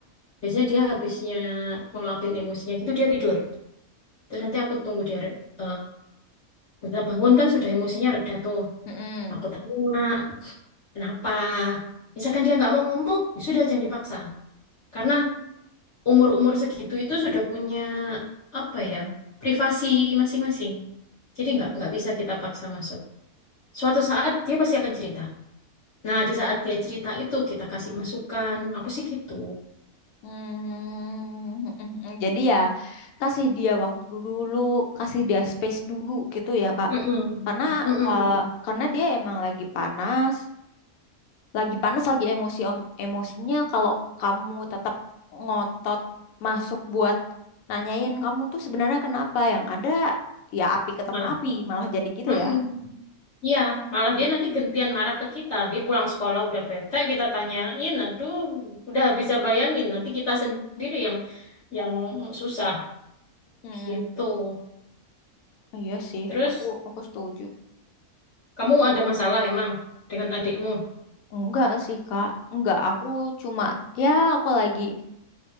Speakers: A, on the left; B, on the left.
A: biasanya dia habisnya ngeluapin emosinya gitu dia tidur Terus nanti aku tunggu dia eh bentar bangun kan sudah emosinya reda tuh.
B: Mm-mm.
A: Aku tanya, kenapa? Misalkan dia nggak mau ngomong, ya sudah jangan dipaksa. Karena umur-umur segitu itu sudah punya apa ya privasi masing-masing. Jadi nggak nggak bisa kita paksa masuk. Suatu saat dia pasti akan cerita. Nah, di saat dia cerita itu kita kasih masukan. Aku sih gitu.
B: Mm. Mm-mm. Jadi ya kasih dia waktu dulu, kasih dia space dulu gitu ya Kak.
A: Mm-mm.
B: Karena
A: Mm-mm.
B: ka- karena dia emang lagi panas, lagi panas lagi emosi om- emosinya kalau kamu tetap ngotot masuk buat nanyain kamu tuh sebenarnya kenapa yang ada ya api ketemu
A: Malah.
B: api malah jadi gitu
A: Mm-mm.
B: ya
A: Iya, malah dia nanti gentian marah ke kita. Dia pulang sekolah udah bete, kita tanyain, aduh, udah bisa bayangin. Nanti kita sendiri yang yang susah
B: hmm
A: gitu.
B: iya sih
A: Terus
B: aku aku setuju
A: kamu ada masalah emang dengan adikmu?
B: enggak sih kak enggak aku cuma ya aku lagi